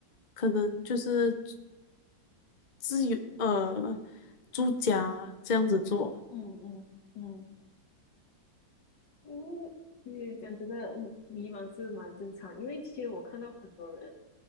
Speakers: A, on the left; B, on the left.
A: 可能就是自由呃住家这样子做，
B: 嗯嗯嗯嗯，因为其实讲真的，迷迷茫是蛮正常，因为其实我看到很多人，